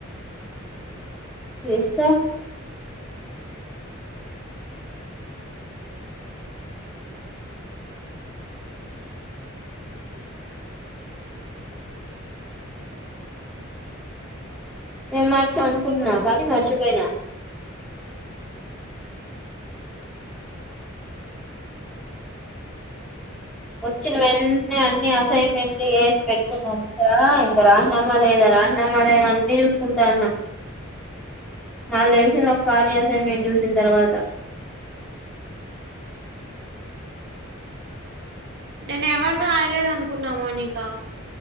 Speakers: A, in the centre; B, on the right.
A: తీస్తా నేన్ మారిచ అనుకున్న కానీ మర్చిపోయినా వచ్చిన వెంటనే అన్ని అసైన్మెంట్లు వేసి పెట్టుకున్నా ముందా ఇంక రాసినామా లేద రాసినామా లేదా అన్నీ చూసుకుంటాన్న నాకు తెలిసింది ఒక కాళీ అసైన్మెంట్ చూసిన తర్వాత
B: నేను ఎవర్రాయలేదు అనుకున్నా మౌనిక